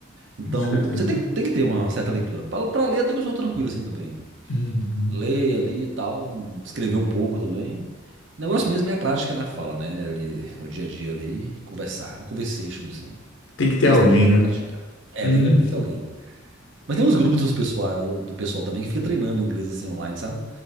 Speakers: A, on the right; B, on the left.
A: Então,
B: com certeza.
A: você tem, que- tem que ter uma certa leitura. Pra, pra ler, até que eu sou tranquilo assim também.
B: Uhum.
A: Ler ali e tal, escrever um pouco também. O negócio mesmo é a prática na fala, né? Ali, no dia a dia ali, conversar. Um conversation, assim.
B: Tem que ter
A: Mas
B: alguém,
A: tem, tem
B: né?
A: que praticar. É,
B: Hum.
A: tem, tem que ter alguém. Mas tem uns grupos dos pessoal, do, do pessoal também que fica treinando inglês assim online, sabe?